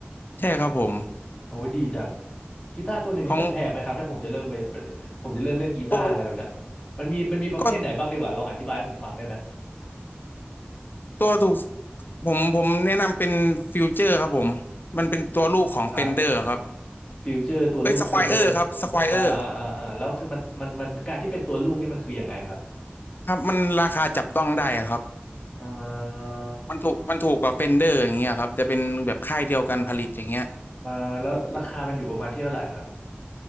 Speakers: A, on the left; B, on the left.
A: ใช่ครับผม
B: โอ้ยดีจังกีตาร์ตัวหนึ่งนี่มันแพงไหมครับถ้าผมจะเริ่มไปเปิดผมจะเริ่มเล่นกีตาร์อะไรแบบเนี้ย
A: ของตัว
B: มันมีมันมีประเภทไหนบ้างดีกว่าลองอธิบายให้ผมฟังได้ไหม
A: ก็ตัวถูกผมผมแนะนำเป็นฟิวเจอร์ครับผมมันเป็นตัวลูกของเฟนเดอร์ครับ
B: ครับฟิวเจอร์ตัวลูกเฟนเดอร์
A: เอ้ยสควอเออร์ครับสควอเออร์
B: อ่าอ่าอ่าอ่าแล้วคือมันมันมันการที่เป็นตัวลูกนี่มันคือยังไงครับ
A: ครับมันราคาจับต้องได้อะครับ
B: เอ่อ
A: มันถูกมันถูกกว่าเฟนเดอร์อย่างเงี้ยครับจะเป็นแบบค่ายเดียวกันผลิตอย่างเงี้ย
B: เอ่อแล้วราคามันอยู่ประมาณที่เท่าไหร่ครับ